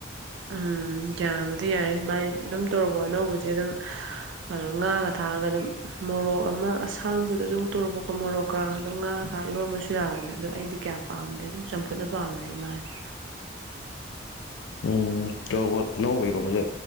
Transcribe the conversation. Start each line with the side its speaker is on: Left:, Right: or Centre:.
Right: ꯎꯝ ꯌꯥꯕꯨꯗꯤ ꯌꯥꯏ ꯃꯥꯥꯏ ꯑꯗꯨꯝ ꯇꯣꯔꯣꯕꯣꯠ ꯑꯅꯧꯕꯁꯦ ꯑꯗꯨꯝ ꯉꯥꯒ ꯊꯥꯛ ꯑꯒ ꯑꯗꯨꯝ ꯃꯣꯔꯣꯛ ꯑꯃ ꯑꯁꯥꯡꯕꯗ ꯑꯗꯨ ꯇꯣꯔꯣꯕꯣꯠ ꯃꯣꯔꯣꯛꯀ ꯑꯗꯨꯝ ꯉꯥꯒ ꯊꯥꯛꯒ ꯏꯔꯣꯟꯕꯁꯨ ꯌꯥꯕꯅꯦ ꯑꯗꯨ ꯑꯩꯗꯤ ꯀꯌꯥ ꯄꯥꯝꯗꯦ ꯑꯗꯨꯝ ꯆꯝꯐꯨꯠꯅ ꯄꯥꯝꯃꯦ ꯑꯩ ꯃꯥꯁꯦ
Left: ꯎꯝ ꯇꯣꯔꯣꯕꯣꯠ ꯑꯅꯧꯕ ꯏꯔꯣꯝꯕꯁꯦ